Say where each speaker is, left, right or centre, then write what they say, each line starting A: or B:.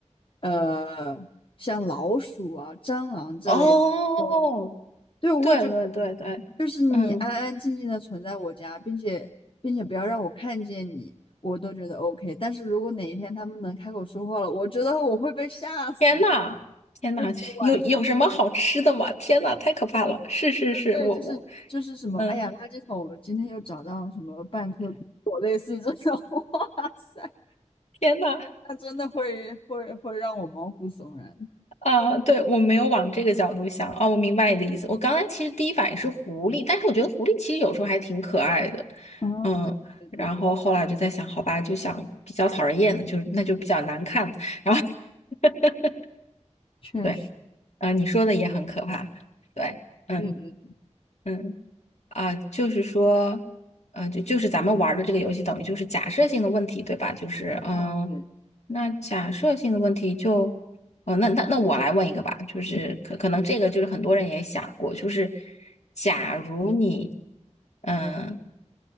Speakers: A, on the left (about 45°); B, on the left (about 65°).
A: 呃，像老鼠啊、蟑螂这类的动物。
B: 哦，
A: 对，我会觉得
B: 对对对对，
A: 就是你安安静静的存在我家，
B: 嗯，
A: 并且并且不要让我看见你，我都觉得 OK。但是如果哪一天他们能开口说话了，我觉得我会被吓死。
B: 天呐，天呐，
A: 就是晚上，
B: 有有什么好吃的吗？天呐，太可怕了！是是是，
A: 对，
B: 我我，
A: 就是就是什么，
B: 嗯，
A: 哎呀，垃圾桶，我今天又找到什么半颗苹，类似于这种，<laughs> 哇塞。
B: 天呐，
A: 他真的会会会让我毛骨悚然。
B: 啊、对，我没有往这个角度想啊、我明白你的意思。我刚才其实第一反应是狐狸，但是我觉得狐狸其实有时候还挺可爱的，
A: 啊！
B: 嗯，
A: 对对对对，
B: 然后后来我就在想，好吧，就想比较讨人厌的，就那就比较难看，然后 <laughs>
A: 确实，
B: 对，啊、你说的也很可怕，对，嗯
A: 对对，
B: 嗯。啊，就是说，呃，就就是咱们玩儿的这个游戏，等于就是假设性的问题，对吧？就是，嗯，
A: 啊对，
B: 那假设性的问题就，哦，那那那我来问一个吧，就是可可能这个就是很多人也想过，
A: 嗯
B: 就是假如你，嗯、